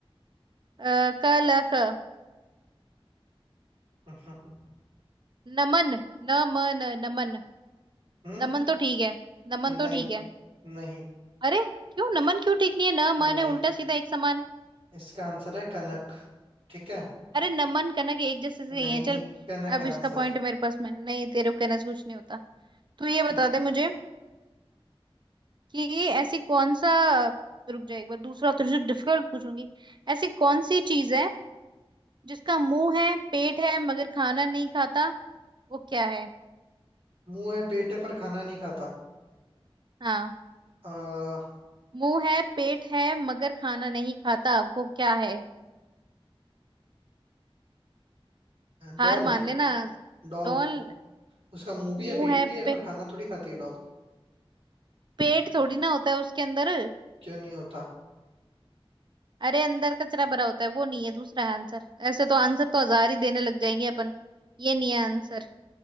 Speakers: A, on the right; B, on the right.
A: अ, क ल क
B: हम्म
A: नमन न म न नमन
B: हम्म,
A: नमन तो ठीक है नमन
B: नहीं
A: तो ठीक है
B: नहीं
A: अरे क्यों नमन क्यों ठीक नहीं है न
B: नहीं
A: मन है उल्टा सीधा एक समान
B: इसका आंसर है कनक ठीक है
A: अरे नमन कनक एक जैसे से
B: नहीं
A: ही है चल
B: कनक
A: अब
B: है आंसर
A: इसका पॉइंट मेरे पास में नहीं तेरे को कहने से कुछ नहीं होता तू ये
B: उस-
A: बता दे मुझे कि ऐसी कौन सा रुक जाए एक बार दूसरा तुझसे डिफिकल्ट पूछूंगी ऐसी कौन सी चीज है जिसका मुंह है पेट है मगर खाना नहीं खाता वो क्या है
B: मुंह है पेट है पर खाना नहीं खाता
A: हाँ
B: आ,
A: मुंह है पेट है मगर खाना नहीं खाता वो क्या है
B: डॉल
A: हार मान लेना
B: डॉल
A: डॉल
B: उसका मुंह भी
A: मुंह
B: है पेट
A: है
B: भी है
A: पे,
B: पर खाना थोड़ी खाती है डॉल
A: पेट थोड़ी ना होता है उसके अंदर
B: क्यों नहीं होता
A: अरे अंदर कचरा भरा होता है वो नहीं है दूसरा है आंसर ऐसे तो आंसर तो हजार ही देने लग जाएंगे अपन ये नहीं है आंसर